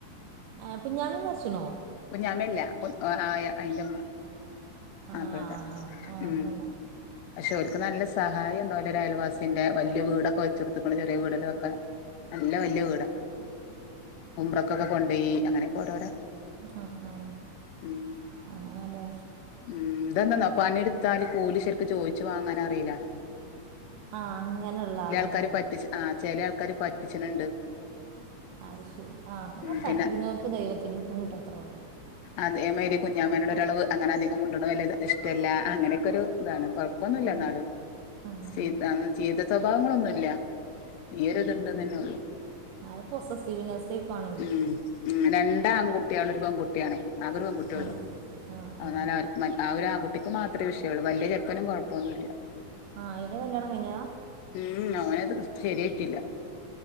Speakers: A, on the right; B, on the left.
A: ഏ കുഞ്ഞാമീം മര്ച്ച്ണോ
B: കുഞ്ഞാമല്ല കു ആഹ് അയിന്റെമ്മ
A: ആ
B: മാപ്പന്റെ
A: ആ ആ ആ
B: ഉം
A: അപ്പോൾ
B: പക്ഷെ ഓല്ക്ക് നല്ല സഹായുണ്ടാ വോല ഒരായാൽവാസീന്റ വല്ല്യ വീട വെചോടത്തേക്കാണ് ചെറിയ വീട ലൊക്കെ നല്ല വല്യ വീടാ ഉംറ കോക്കെ കൊണ്ടോയ്യി അങ്ങനൊക്കെ ഓരോരോ
A: ആഹ് ആഹ്
B: ഉം
A: അങ്ങനെ ല്ലേ
B: ഉം ഇതെന്താെന്നാ പണി ട്ത്താല് കൂലി ശെരിക്ക് ചോയിച്ചു വാങ്ങാനറീല്ല
A: ആഹ് അങ്ങനെ ഇള്ള ആള്
B: ക്കാര് പറ്റിച് ആഹ് ചേലെ ആൾക്കാര് പറ്റിച്ച്ണണ്ട്
A: അഹ് ശെരി ആഹ് എന്ന
B: ഉം
A: പറ്റിക്കുന്നോർക്ക്
B: പിന്നെ
A: ദൈവത്തിന്റെടുത്ത്ന്ന്കിട്ടും അത്ര ഒള്ളൂ
B: അതേ മേരി കുഞ്ഞമ്മേനൊരളവ് അങ്ങനെ അധികം മിണ്ടാണത് ല്ലെ ഇഷ്ടല്ല അങ്ങനെയൊക്കെ ഒരു ഇതാണ് കോഴ് - പ്പോന്നില്ല
A: ആ
B: എന്നാലു
A: ആ ആ
B: ചീത്ത ചീത്ത സ്വഭാവങ്ങളൊന്നു-ഇല്ല ഇല്ല ഒരു ഇത്ണ്ടെന്ന് തന്നെ ഒള്ളൂ
A: ആള് പൊസസീവ്നെസേകുണെങ്കി
B: ഉം ഉം രണ്ടാ ആൺകുട്ടിയാളും ഒരു പെൺകുട്ടിയാണെ ആകെ ഒരു പെൺകുട്ടി യെള്ളു
A: ആ ആ
B: അന്നാലാര്
A: ആ
B: മാറ്റ് ആ ഒരു ആൺകുട്ടിക്ക് മാത്രമേ വിഷയാള്ളൂ വലിയ ചെക്കനും കുഴപ്പപ്പോന്നുല്ലാ
A: ആഹ് അയിന്റെ കല്യാണം കഴിഞ്ഞാ
B: ഉം ഓന് ശെരിയട്ടില്ല